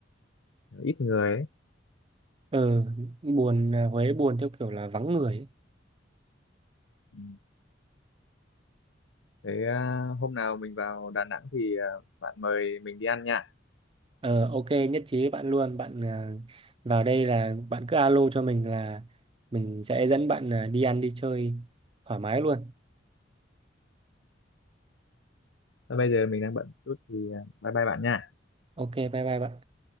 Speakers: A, on the left (about 90°); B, on the right (about 30°).
A: ít người ấy
B: ờ buồn ờ, Huế buồn theo kiểu là vắng người ấy.
A: Ừ. thế ờ, hôm nào mình vào Đà Nẵng thì ờ, bạn mời mình đi ăn nha
B: Ờ ok nhất trí với bạn luôn bạn à, vào đây là bạn cứ alo cho mình là mình sẽ dẫn bạn à, đi ăn đi chơi thoải mái luôn
A: Thôi bây giờ mình đang bận chút thì ờ, bye bye bạn nha
B: ok bye bye bạn